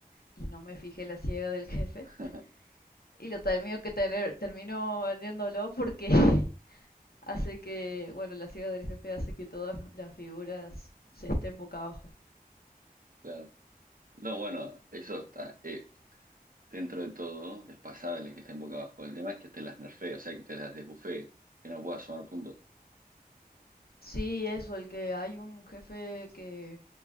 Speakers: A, on the left; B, on the right.
A: y no me fijé la ciega del jefe.
B: <laughs>
A: Y lo termino que tener, termino vendiéndolo porque <laughs> hace que, bueno, la ciudad del jefe hace que todas las figuras se estén boca abajo.
B: Claro. No, bueno, eso está. eh, dentro de todo, es pasable que estén boca abajo. El tema es que te las nerfee, o sea, que te las desbufee, que no puedas sumar puntos.
A: Sí, eso, el que hay un jefe que